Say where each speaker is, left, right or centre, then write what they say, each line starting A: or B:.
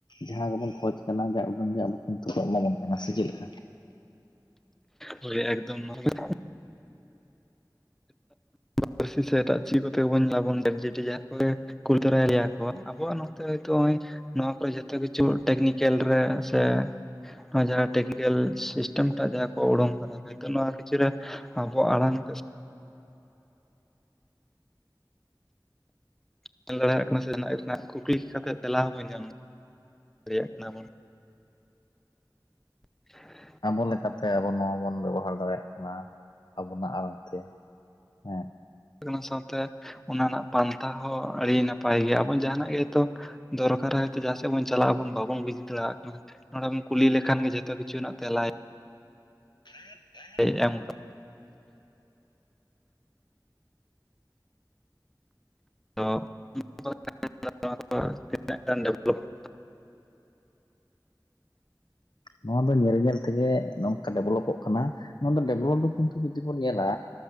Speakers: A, on the left; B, in the centre.
A: ᱡᱟᱦᱟᱸ ᱜᱮᱵᱚᱱ ᱠᱷᱚᱡ ᱠᱟᱱᱟ ᱡᱟ ᱩᱰᱟᱹᱝ ᱜᱮ ᱟᱵᱚ ᱠᱤᱱᱛᱩ ᱠᱚ ᱮᱢᱟᱵᱚᱱ ᱠᱟᱱᱟ ᱾ ᱥᱮ ᱪᱮᱫ ᱞᱮᱠᱟ?
B: ᱦᱳᱭ ᱮᱠᱫᱚᱢ ᱢᱨᱯ <inaudible> ᱾
A: <unintelligible>
B: ᱯᱟᱨᱥᱤ ᱥᱮ ᱮᱴᱟᱜ ᱪᱮᱫ ᱠᱚ ᱠᱟᱛᱮ ᱵᱚᱱ ᱞᱟᱵᱚᱱ ᱡᱟ ᱡᱩᱴᱤ ᱡᱟᱦᱟᱸ ᱠᱚ ᱜᱮ ᱾ ᱠᱩᱞ ᱛᱚᱨᱟᱭ ᱞᱮᱭᱟ ᱠᱚ ᱟᱵᱚᱣᱟᱜ ᱱᱚᱛᱮ ᱛᱚ ᱦᱚᱸᱜᱼᱚᱭ ᱱᱚᱣᱟ ᱠᱚᱨᱮ ᱡᱚᱛᱚ ᱠᱤᱪᱷᱩ ᱴᱮᱠᱱᱤᱠᱮᱞ ᱨᱮ ᱥᱮ ᱱᱚᱣᱟ ᱡᱟᱦᱟᱸ ᱴᱮᱠᱱᱤᱠᱮᱞ ᱥᱤᱥᱴᱮᱢ ᱴᱟᱜ ᱡᱟᱦᱟᱸ ᱠᱚ ᱩᱰᱩᱝ ᱠᱟᱫᱟ ᱛᱚ ᱱᱚᱣᱟ ᱠᱤᱪᱷᱩ ᱟᱵᱚᱣᱟᱜ ᱟᱲᱟᱝ ᱛᱮ ᱧᱮᱞ ᱫᱟᱲᱮᱭᱟᱜ ᱠᱟᱱᱟ ᱥᱮ ᱚᱱᱟ ᱨᱮᱱᱟᱜ ᱠᱩᱠᱞᱤ ᱠᱟᱛᱮ ᱛᱮᱞᱟ ᱦᱚᱸᱵᱚᱱ ᱧᱟᱢ ᱫᱟᱲᱮᱭᱟᱜ ᱠᱟᱱᱟ ᱵᱚᱱ ᱾ <inaudible>
A: ᱟᱵᱚ ᱞᱮᱠᱟᱛᱮ ᱟᱵᱚ ᱱᱚᱣᱟ ᱵᱚᱱ ᱵᱮᱵᱚᱦᱟᱨ ᱫᱟᱲᱮᱭᱟᱜ ᱠᱟᱱᱟ ᱟᱵᱚᱱᱟᱜ ᱟᱲᱟᱝ ᱛᱮ ᱾ ᱦᱮᱸ ᱾
B: ᱠᱟᱱᱟ ᱥᱟᱶᱛᱮ ᱚᱱᱟ ᱨᱮᱱᱟᱜ ᱯᱟᱱᱛᱷᱟ ᱦᱚᱸ ᱟᱹᱰᱤ ᱱᱟᱯᱟᱭ ᱜᱮᱭᱟ, ᱟᱵᱚ ᱡᱟᱦᱟᱸᱱᱟᱜ ᱜᱮᱛᱚ ᱾ ᱫᱚᱨᱠᱟᱨᱼᱟ ᱦᱚᱭᱛᱳ ᱡᱟᱦᱟᱸ ᱥᱮᱫ ᱵᱚᱱ ᱪᱟᱞᱟᱜᱼᱟᱵᱚᱱ ᱵᱟᱵᱚᱱ ᱵᱩᱡ ᱫᱟᱲᱮᱭᱟᱜ ᱠᱟᱱᱟ ᱾ ᱱᱚᱸᱰᱮᱢ ᱠᱩᱞᱤ ᱞᱮᱠᱷᱟᱱ ᱜᱮ ᱡᱚᱛᱚ ᱠᱤᱪᱷᱩ ᱨᱮᱱᱟᱜ ᱛᱮᱞᱟᱭ
A: <unintelligible>
B: ᱦᱮᱡ ᱟᱢ ᱠᱟᱱᱟ ᱾ ᱫᱚ <inaudible> ᱾
A: ᱱᱚᱣᱟ ᱫᱚ ᱧᱮᱞ ᱧᱮᱞ ᱛᱮᱜᱮ ᱱᱚᱝᱠᱟ ᱰᱮᱵᱷᱞᱚᱯᱚᱜ ᱠᱟᱱᱟ, ᱱᱚᱣᱟ ᱫᱚ ᱰᱮᱵᱷᱞᱚᱯ ᱫᱚ ᱠᱤᱱᱛᱩ ᱡᱩᱫᱤ ᱵᱚᱱ ᱧᱮᱞᱟ